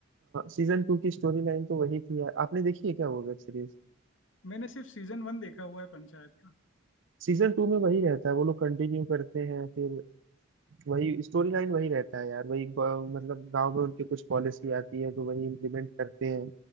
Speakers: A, on the right; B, on the left.
A: सीजन टू की स्टोरी लाइन तो वही थी यार आपने देखी है क्या वो वेब सीरीज
B: मैंने सिर्फ सीजन वन देखा हुआ है पंचायत का
A: सीजन टू में वही रहता है वो लोग कंटिन्यू करते हैं फिर वही स्टोरी लाइन वही रहता है यार वही ग- मतलब गांव में उनके कुछ पॉलिसी आती है तो वही इम्प्लीमेंट करते हैं